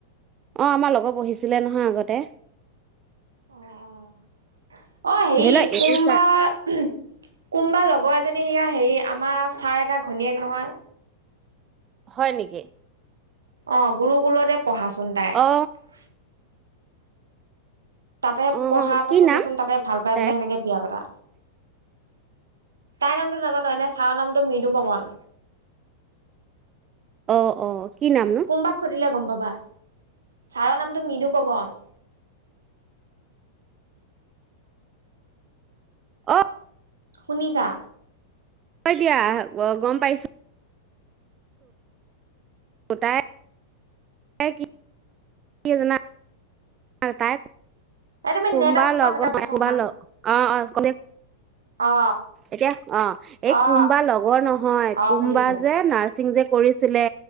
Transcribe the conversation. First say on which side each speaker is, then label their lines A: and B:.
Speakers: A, on the right; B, on the right.
A: অহ, আমাৰ লগৰ পঢ়িছিলে নহয় আগতে।
B: অহ অহ। অহ হেৰি,
A: ধৰি লওক এইটো
B: কোনবা,
A: চাৰ
B: উহম, কোনবা লগৰ এজনী সেয়া হেৰি আমাৰ ছাৰ এটা- ঘনীয়েক নহয়।
A: হয় নেকি
B: অ গুৰু কুলতে পঢ়াচোন তাই
A: অ
B: তাতে
A: অ
B: পঢ়া পাছতে
A: কি নাম
B: চোন তাতে ভাল পাই
A: তাই
B: বোলে হেনেকৈ বিয়া পাতা তাইৰ নামটো নাজানো এনে ছাৰৰ নামটো মৃদু পৱন
A: অ অ কি নামনো
B: কোম বাক সুধিলে গম পাব কোৱা ছাৰৰ নামটো মৃদু পৱন
A: অ
B: শুনিছা?
A: হ'ব দিয়া গম পাইছো হতায় হয় কি? কিয় জানা? আৰু তাই
B: এই তুমি
A: কুম
B: নেটৱৰ্ক
A: ল
B: পোৱা জেগাত যাচোন
A: কুমাল
B: অকমান
A: অ অ ক
B: অ
A: এতিয়া অ এই
B: অ
A: কোনম্বা লগৰ নহয়
B: অ
A: কোনম্বা
B: শুনিছো
A: যে নাৰছিং যে কৰিছিলে